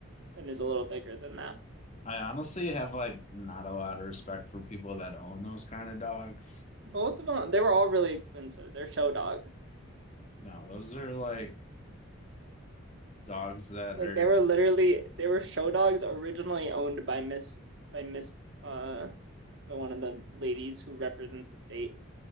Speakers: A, on the right; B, on the left.
A: and is a little bigger than that.
B: I honestly have like not a lot of respect for people that own those kind of dogs.
A: Both of them, they were all really expensive. They're show dogs.
B: No, those are like dogs that
A: Like
B: are
A: they were literally they were show dogs originally owned by Miss by Miss uh by one of the ladies who represents the state.